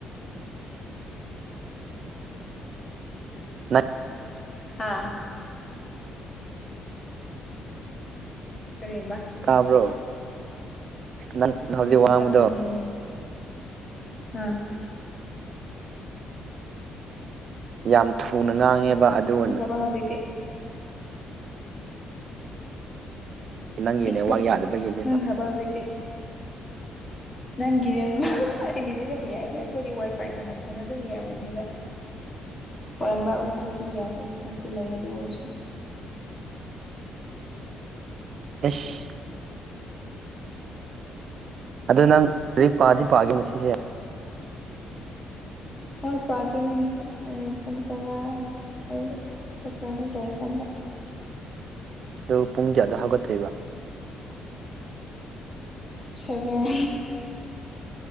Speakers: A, on the right (about 50°); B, on the left (about 20°).
A: ꯅꯪ
B: ꯍꯥꯥ ꯀꯔꯤꯕ
A: ꯇꯥꯕ꯭ꯔꯣ ꯅꯪ
B: ꯍꯣꯏ
A: ꯍꯧꯖꯤꯛ ꯋꯥꯡꯕꯗꯣ
B: ꯇꯥꯏꯌꯦ ꯑꯥ
A: ꯌꯥꯝ ꯊꯨꯅ ꯉꯥꯡꯉꯦꯕ ꯑꯗꯨ ꯑꯣꯏꯅ
B: ꯍꯧꯖꯤꯛ ꯏꯁꯄꯤꯠꯇ
A: ꯅꯪꯒꯤ ꯅꯦꯠꯋꯥꯛ ꯌꯥꯗꯕꯒꯤꯅꯦ
B: ꯉꯪꯈ꯭ꯔꯕ ꯍꯧꯖꯤꯛꯇꯤ ꯅꯪꯒꯤꯅꯦ ꯑꯩꯒꯤꯗꯤ ꯑꯗꯨꯝ ꯌꯥꯏꯕ ꯑꯩꯈꯣꯏꯗꯤ ꯋꯥꯏ ꯐꯥꯏ ꯀꯅ ꯁꯦꯟ ꯑꯗꯨꯝ ꯌꯥꯝꯃꯅꯦꯕ ꯍ ꯃꯔꯛ ꯃꯔꯛꯇꯗꯤ ꯌꯥꯗ ꯀꯣꯟꯁꯨ ꯂꯩ ꯑꯗꯨ ꯑꯣꯏꯔꯁꯨ
A: ꯑꯁ ꯑꯗꯨ ꯅꯪ ꯂꯔꯤ ꯄꯥꯗꯤ ꯄꯥꯒꯦ ꯃꯁꯤꯁꯦ
B: ꯃꯣꯏ ꯏꯄꯥ ꯇꯣꯏꯅꯤꯡꯁꯤꯦ ꯍꯣꯔꯦꯟ ꯄꯨꯡ ꯇꯔꯥ ꯑꯗ ꯆꯥꯛ ꯆꯥꯕ ꯂꯣꯏꯔꯤꯀꯥꯟꯗ
A: ꯑꯗꯨ ꯄꯨꯡꯗꯤ ꯑꯗ ꯍꯧꯒꯠꯇꯣꯏꯕ
B: ꯁꯕꯦꯟ